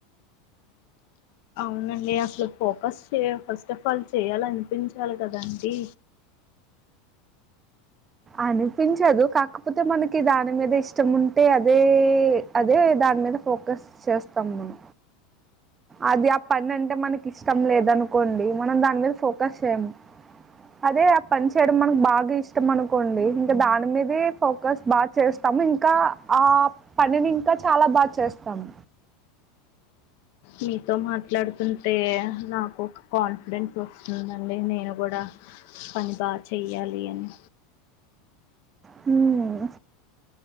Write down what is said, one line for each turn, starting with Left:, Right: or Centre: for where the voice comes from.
Left: అవునండి అసలు ఫోకస్ చె ఫస్ట్ ఆఫ్ ఆల్ చేయాలనిపించాలి కదాండి
Right: అనిపించదు కాకపోతే మనకి దాని మీద ఇష్టం ఉంటే అదే అదే ద దాన్ మీద ఫోకస్ చేస్తాం మనం అది ఆ పనంటే మనకి ఇష్టం లేదనుకోండి మనం దాన్ మీద ఫోకస్ చేయము అదే ఆ పన్ చేయడం మనక్ బాగా ఇష్టం అనుకోండి ఇంకా దాన్ మీదే ఫోకస్ బా చేస్ తం ఇంకా ఆ పనిని ఇంకా చాలా బాగ చేస్తామ్
Left: మీతో మాట్లాడుతుంటే నాకు ఒక కాన్ఫిడెన్స్ వస్తుందండి నేను గూడా పని బా చెయ్యాలి అని
Right: హు మ్